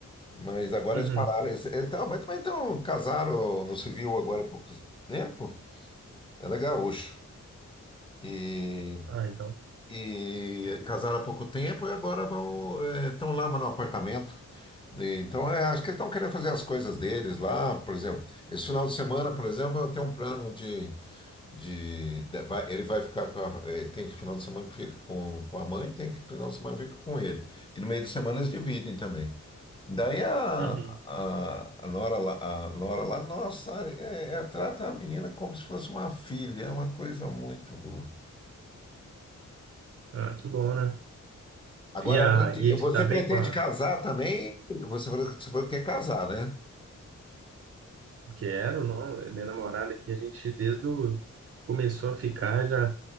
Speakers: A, on the left (about 15°); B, on the right (about 45°).
A: Mas agora
B: Uhum.
A: eles pararam. Eles, então, mas também então, casaram no civil agora há pouco tempo. Ela é gaúcho. E,
B: Ah, então.
A: e casaram há pouco tempo e agora vão, eh, estão lá no apartamento. E, Então, é, acho que eles estão querendo fazer as coisas deles lá, por exemplo. Esse final de semana, por exemplo, eu tenho um plano de de, de- vai- ele vai ficar com a, eh, tem final de semana que fica com, com a mãe, tem que final de semana que fica com ele. E no meio de semana eles dividem também. Daí a,
B: Uhum.
A: a, a Nora lá, a Nora lá, nossa, é- é- trata a menina como se fosse uma filha, é uma coisa muito boa.
B: Ah, que bom, né?
A: Agora,
B: E, a,
A: além de-
B: e ele
A: você
B: se dá
A: pretende
B: bem com a...
A: casar também? Você falou, que- você falou que quer casar, né?
B: Porque era, não, é minha namorada que a gente desde o... começou a ficar, já,